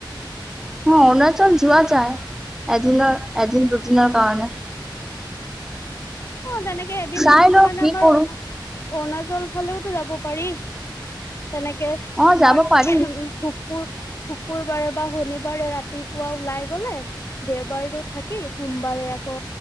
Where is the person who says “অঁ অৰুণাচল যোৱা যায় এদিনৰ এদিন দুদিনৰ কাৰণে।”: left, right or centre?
Centre